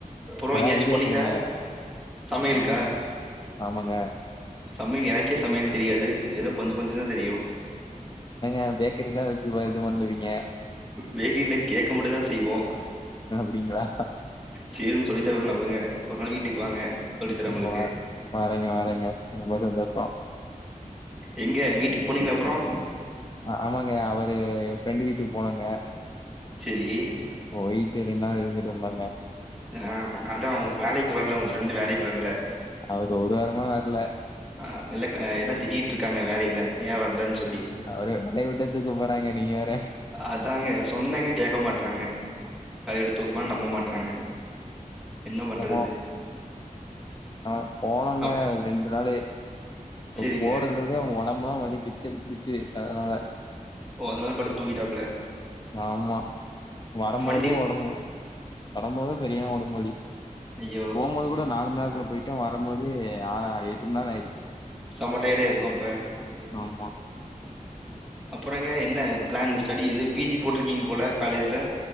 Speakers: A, in the centre; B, on the left.
A: அப்பறோ
B: அதா
A: எங்கயாச்சு
B: ஐடியா
A: போனீங்களா
B: குடுங்க
A: சமையலுக்கா
B: என்ன ஆமாங்க
A: சமையல் எனக்கே சமையல் தெரியாது ஏதோ கொஞ்ச கொஞ்சந்தா தெரியு
B: ஏ பேக்கரிதா சும்மா இருக்க மாட்றீங்க
A: பேக்கிங்ல கேக் மட்டுந்தா செய்வோ
B: அப்டிங்களா
A: சேரி நீங்க சொல்லி தர வேணா விடுங்க ஒரு நாள் வீட்டுக்கு வாங்க சொல்லி தரேன்
B: எங்க
A: உங்களுக்கு
B: போல வரேங்க வரேங்க ரொம்ப சந்தோஷோ
A: எங்க வீட்டுக்கு போனீங்க அப்பறோ
B: ஆமாங்க அவரு ஏ ஃப்ரெண்டு வீட்டுக்கு போனேங்க
A: செரி
B: போயிட்டு ரெண்டு நாள் இருந்துட்டு வந்தேங்க
A: ஆ அதா வேலைக்கு வரல உங்க ஃப்ரெண்டு வேலைக்கு வரல
B: அவரு ஒரு வாரமா வரல
A: ஆ இல்லக்கா எல்லா திட்டிட்டு இருக்காங்க வேலையில ஏ வர லன் சொல்லி
B: அவரு வேலைய விட்டே தூக்க போறாங்க நீங்க வேற
A: அதாங்க சொன்னங்க கேட்க மாட் றாங்க வேலைய விட்டு தூக்க போறாங்கன்னா நம்ப மாட்டறாங்க என்ன
B: என்னமோ
A: பண்றது
B: ஆ போனாங்க
A: அப்
B: ரெண்டு நாளு
A: சரிங்க
B: போறதுல ஏ ஒடம்புலா வலி பிச்ச எடுத்துருச்சி அதனால
A: ஓ அதனால படுத் தூங்கிட்டாப்ல
B: ஆமா வரம்போது
A: வண்டி
B: ஒடம்பு வரம்போது சரியான ஒடம்புவலி
A: ஐய்யோ
B: போம்போது கூட நாலு மணி நேரத்துல போயிட்டே வரம்போது ஆறு எட்டு மண் நேரோ ஆயிருச்சி
A: செம டயடாயிருக்கு அப்ப
B: ஆமா
A: அப்பறங்க என்ன பிளான் ஸ்டடி இது பி ஜி போட்ருக்கீங்க போல காலேஜ்ல